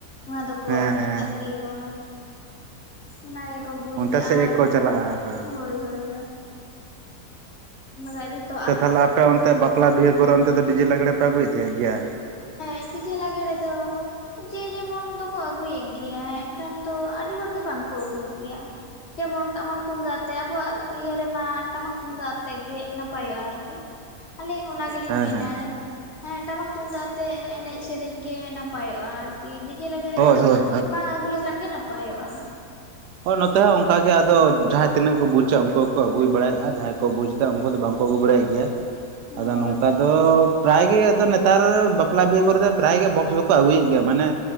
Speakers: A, on the left (about 50°); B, on the right (about 80°).
A: ᱚᱱᱟ ᱫᱚᱠᱚ
B: ᱦᱮᱸ ᱦᱮᱸ
A: ᱟᱨ ᱠᱤ ᱠᱚ ᱚᱱᱟ ᱜᱮᱠᱚ ᱵᱩᱡᱽ
B: ᱚᱱᱛᱮ
A: ᱠᱟᱜᱼᱟ
B: ᱥᱮᱫ ᱜᱮᱠᱚ
A: ᱟᱫᱚ
B: ᱪᱟᱞᱟᱜᱼᱟ ᱦᱮᱸ
A: ᱦᱳᱭ ᱦᱳᱭ, ᱚᱱᱟ ᱫᱚ ᱟᱹᱰᱤ
B: ᱥᱮ ᱛᱟᱦᱚᱞᱮ ᱟᱯᱮ ᱚᱱᱛᱮ ᱵᱟᱯᱞᱟ ᱵᱤᱦᱟᱹ ᱠᱚᱨᱮ ᱚᱱᱛᱮ ᱫᱚ ᱰᱤᱡᱮ ᱞᱟᱜᱽᱲᱮ ᱯᱮ ᱟᱹᱜᱩᱭᱛᱮ ᱜᱮᱭᱟ?
A: ᱮᱸᱻ ᱰᱤᱡᱮ ᱞᱟᱜᱽᱲᱮ ᱫᱚ ᱡᱮ ᱡᱮᱢᱚᱱ ᱫᱚᱠᱚ ᱟᱹᱜᱩᱭᱮᱫ ᱜᱮᱭᱟ, ᱮᱱᱠᱷᱟᱱ ᱫᱚ ᱟᱹᱰᱤ ᱦᱚᱲᱜᱮ ᱵᱟᱝᱠᱚ ᱟᱹᱜᱩᱭ ᱜᱮᱭᱟ ᱾ ᱡᱮᱢᱚᱱ ᱴᱟᱢᱟᱠ ᱛᱩᱢᱫᱟᱜ ᱟᱛᱮ ᱟᱵᱚᱣᱟᱜ ᱤᱭᱟᱹ ᱨᱮᱢᱟ ᱴᱟᱢᱟᱠ ᱛᱩᱢᱫᱟᱜ ᱟᱛᱮᱜ ᱜᱮ ᱱᱟᱯᱟᱭᱚᱜᱼᱟ ᱟᱨᱠᱤ, ᱟᱹᱞᱤᱧ ᱚᱱᱟ ᱜᱮᱞᱤᱧ
B: ᱦᱮᱸ
A: ᱢᱮᱱᱟ
B: ᱦᱮᱸ
A: ᱡᱮᱱᱚ ᱴᱟᱢᱟᱠ ᱛᱩᱢᱫᱟᱜ ᱟᱛᱮᱫ ᱮᱱᱮᱡ ᱥᱮᱨᱮᱧ ᱜᱮ ᱱᱟᱯᱟᱭᱚᱜᱼᱟ ᱟᱨ ᱠᱤ, ᱰᱤᱡᱮ ᱞᱟᱜᱽᱬᱮ
B: ᱦᱳᱭ
A: ᱫᱚ
B: ᱦᱳᱭ
A: ᱵᱟᱝ ᱟᱹᱜᱩ ᱞᱮᱠᱷᱟᱱ ᱜᱮ ᱱᱟᱯᱟᱭᱚᱜᱼᱟ ᱾
B: ᱦᱚᱭ ᱱᱚᱛᱮ ᱦᱚᱸ ᱚᱝ ᱠᱟ ᱜᱮ ᱟᱫᱚ ᱡᱟᱦᱟᱸᱭ ᱛᱤᱱᱟᱹᱜ ᱠᱚ ᱵᱩᱡᱟ ᱳᱝᱠᱳ ᱠᱚ ᱟᱹᱜᱩᱭ ᱵᱟᱲᱟᱭᱮᱜᱼᱟ ᱡᱟᱦᱟᱸᱭ ᱠᱚ ᱵᱩᱡ ᱮᱫᱟ ᱳᱝᱠᱳ ᱫᱚ ᱵᱟᱝ ᱠᱚ ᱟᱹᱜᱩ ᱵᱟᱲᱟᱭᱮᱫ ᱜᱮᱭᱟ
A: <inaudible>
B: ᱾ ᱟᱫᱚ ᱱᱚᱝᱠᱟ
A: ᱦᱳᱭ
B: ᱫᱚ ᱯᱨᱟᱭ ᱜᱮ ᱟᱫᱚ ᱱᱮᱛᱟᱨ ᱵᱟᱯᱞᱟ ᱵᱤᱦᱟᱹ ᱠᱚᱨᱮᱫ ᱯᱨᱟᱭ ᱜᱮ ᱵᱚᱠᱥ ᱫᱚᱠᱚ ᱟᱹᱜᱩᱭᱮᱫ ᱜᱮᱭᱟ, ᱢᱟᱱᱮ